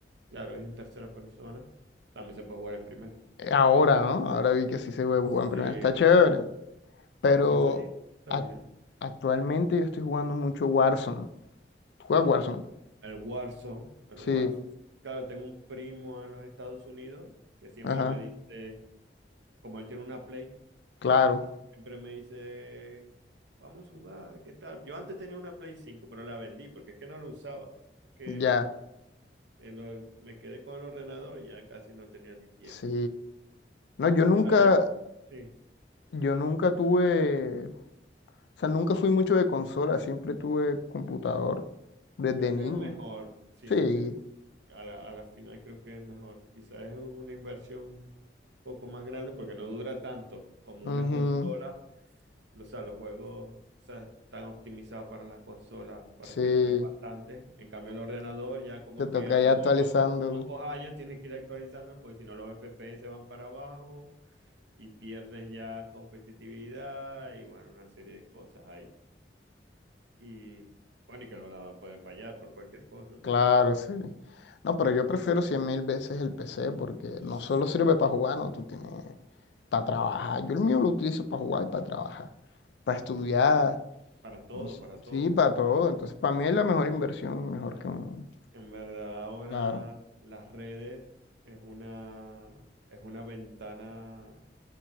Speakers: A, on the right; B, on the left.
A: Claro, es en tercera persona. También se puede jugar en primera.
B: ahora, ¿no? Ahora vi que sí se puede jugar en primera.
A: Sí, el
B: Está chévere. Pero
A: Fortnite está
B: ac-
A: bien.
B: actualmente yo estoy jugando mucho Warzone. ¿Juega Warzone?
A: El Warzone, el
B: Sí,
A: Warzone. Claro, tengo un primo en los Estados Unidos que siempre
B: ajá,
A: me dice Como él tiene una Play,
B: claro,
A: siempre me dice, vamos a jugar, ¿qué tal? Yo antes tenía una Play cinco, pero la vendí porque es que no la usaba. Es que
B: ya,
A: el or- me quedé con el ordenador y ya casi no tenía ni tiempo.
B: sí. No, yo nunca,
A: Claro, el- sí,
B: yo nunca tuve, o sea, nunca fui mucho de consola, siempre tuve computador desde
A: creo
B: niño.
A: que es mejor, sí,
B: Sí.
A: es- a la, a la final creo que es mejor. Quizás es una inversión un poco más grande porque no dura tanto como
B: ujú.
A: una consola O sea, los juegos, o sea, están optimizados para las consolas para
B: Sí,
A: que duren bastante. En cambio, el ordenador ya como
B: te toca
A: que a
B: ya
A: los
B: actualizándolo.
A: pocos años tienes que ir actualizando, porque si no los FPS van para abajo y pierdes ya competitividad y bueno, una serie de cosas ahí. Y bueno, y que el ordenador puede fallar por cualquier cosa también.
B: Claro, sí. No, pero yo prefiero cien mil veces el PC porque
A: Sí.
B: no solo sirve para jugar, no, tú tienes para trabajar. Yo el mío lo utilizo para jugar y para trabajar, para estudiar,
A: Para todo,
B: entonces,
A: para todo,
B: sí, para todo.
A: para todo.
B: Entonces, para mí es la mejor inversión, mejor que un...
A: En verdad, ahora
B: Claro,
A: las redes es una, es una ventana